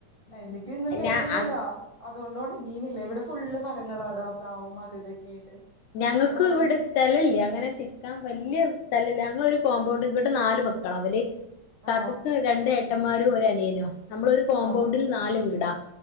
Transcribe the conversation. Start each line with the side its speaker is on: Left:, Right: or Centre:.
Left: ഉം
Right: എന്നിറ്റ് ഇന്ന്
Left: അല്ല
Right: കേറിയൊന്നു ഇല്ല അതുകൊണ്ട് ഉണങ്ങിയുമില്ല ഇവിടെ ഫുള്ള് മരങ്ങളാടാ പ്ലാവും അത് ഇതൊക്കെ ആയിട്ട്
Left: ഞങ്ങൾക്ക്
Right: അപ്പൊ താൻ
Left: ഇവ്ടെ സ് സ്ഥല ഇല്ല്യ അങ്ങനെ സിക്കാൻ വല്ല്യെ സ്ഥലല്ല ഞങ്ങളൊരു കോമ്പൗണ്ട് ഇവിടെ നാല് മക്കളാ ഇവല്
Right: ആ
Left: കാക്കക്ക് രണ്ട് ഏട്ടന്മാരും ഒരു അനിയനു ആ നമ്മളൊ ഒരു കോമ്പൗണ്ടിൽ
Right: ആ
Left: നാല് വീടാ